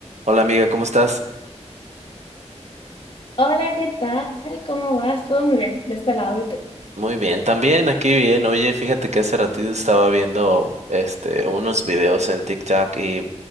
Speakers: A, on the right (about 75°); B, on the left (about 50°).
A: Hola amiga, ¿cómo estás?
B: Hola, ¿qué tal? ¿Cómo vas? Todo muy bien, de este lado y tú.
A: Muy bien, también aquí bien. Oye, fíjate que hace ratito estaba viendo este unos videos en TikTok y